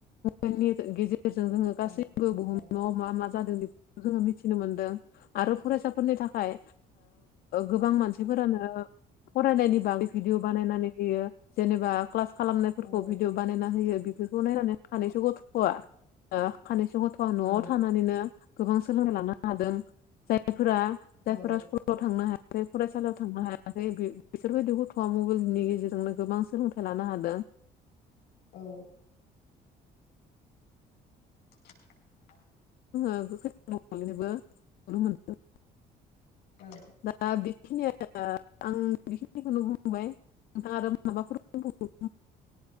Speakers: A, on the left; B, on the left.
A: मनि गेज ग जोङो गासैबो
B: ओं
A: बुहुमाव
B: थिगानो
A: मा मा जादों बे जोङो मिथिनो मोनदों आरो फरायसा फोरनि थाखाय गोबां मानसिफोरानो फरायनायनि बागै भिडिअ बानायनानै होयो जेनेबा क्लास खालामनायफोरखौ
B: औ
A: भिदििअ बानायना होयो बेफोरखौ नायनानै सानैसो गथ'आ सानैस गथ' न'आव
B: औ ओं
A: थानानैनो गोबां सोलोंना लानो हादों जायफोरा जाय
B: औ
A: साव थांनो हायाखै फरायसालियाव थांनो हायाखै बिसोरबायदि गथ'वआ मबाइलनि गेजेरजोंनो गोबां सोलोंथाइ लानो हादों
B: औ <inaudible>
A: जोङो खानोबो नुनो मोनदों
B: औ
A: दा बेखिनिया आं बेखिनिखौनो बुंबाय नोंथाङ आरो माबाफोर